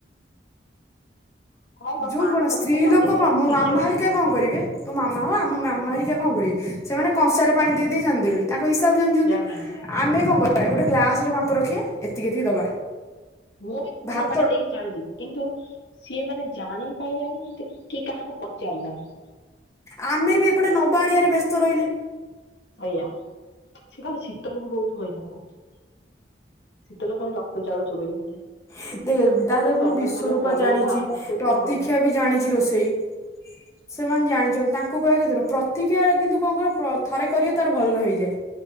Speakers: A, on the left (about 70°); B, on the left (about 15°).
A: ହଁ। ବା
B: ଯୋଉ
A: ପାଣି
B: କଣ
A: ସଫିସେଣ୍ଟ
B: ସ୍ତ୍ରୀ ଲୋକ
A: ନଦିଆ ହେଲେ
B: କଣ
A: ସେ
B: ମୋ
A: ସିଝିବ
B: ମାମା ହାରିକା
A: କେମିତି?
B: କଣ କରିବେ ତୋ ମାମା ହୋ ଆମ ମାମା ହେରିକା କଣ କରିବେ ସେମାନେ କଂସାରେ ପାଣି ଦେଇ ଦେଇ ଜାଣିଦେବେ। ତାଙ୍କ ହିସାବ ଜାଣିଚନ୍ତି।
A: ଜାଣିନି
B: ଆମେ କଣ କରିବା ଗୋଟେ ଗ୍ଲାସ୍ ରେ ମାପ ରଖିବା ଏତିକି ଏତିକି ଦବା।
A: ମୁଁ ବି କଂସାରେ
B: ଭାତ
A: ପାଣି ଦେଇକି ଜାଣିଦେବି। କିନ୍ତୁ ସିଏ ମାନେ ଜାଣି ପାଇଲାନି କିନ୍ତୁ କି କାହାକୁ ପଚାରିଲାନି।
B: ଆମେ ବି ଏପଟେ ନବା ଆଣିଆରେ ବ୍ୟସ୍ତ ରହିଲେ।
A: ସେୟା ସେ କାଳେ ଶୀତଲକୁ ବହୁତ ହଇରାଣ କରିଛି। ଶୀତଲ ଖାଲି ରକ୍ତ ଚାଉଳ ଚୋବେଇ ହଉଥାଏ।
B: ତେବେ ତା ହାତରେ
A: କ
B: ପୁଣି
A: ତମେ
B: ବିଶ୍ଵରୂପା
A: ଭଲ ପଳେଇଲ
B: ଜାଣିଛି।
A: ଆ ମତେ
B: ପ୍ରତୀକ୍ଷା
A: ପୁରା ହଇରାଣ।
B: ବି ଜାଣିଛି ରୋଷେଇ। ସେମାନେ ଜାଣିଚନ୍ତି ତାଙ୍କୁ କହିବା କଥା ନୁହଁ। ଥ ପ୍ରତିକ୍ଷା କିନ୍ତୁ କଣ କରେ ପ- ଥରେ କରିବ ତାର ଭଲ ହେଇଯାଏ।